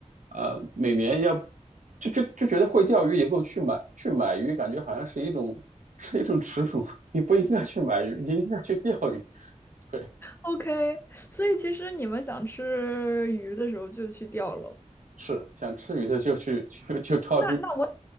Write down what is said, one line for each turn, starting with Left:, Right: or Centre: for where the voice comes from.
Right: 呃，每年要就就就觉得会钓鱼以后去买去买鱼，感觉好像是一种是一种耻辱，<laughs> 你不应该去买鱼，你应该去钓鱼。<laughs> 对，
Left: OK，所以其实你们想吃鱼的时候就去钓喽。
Right: 是想吃鱼的就去去就钓鱼。
Left: 那那我